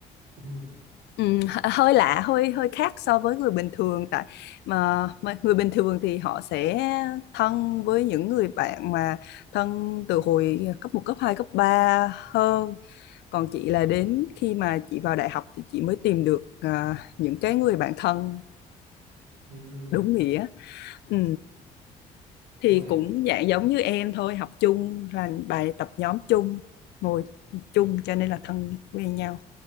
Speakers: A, on the right; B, on the left.
A: <laughs>
B: Ừ, h- hơi lạ hơi hơi khác so với người bình thường tại mà, mà người bình thường thì họ sẽ thân với những người bạn mà thân từ hồi cấp một cấp hai cấp 3 hơn còn chị là đến khi mà chị vào đại học thì chị mới tìm được à, những cái người bạn thân
A: Ừm.
B: đúng nghĩa ừ. thì
A: Ôi,
B: cũng dạng giống như em thôi học chung làm bài tập nhóm chung ngồi chung cho nên là thân quen nhau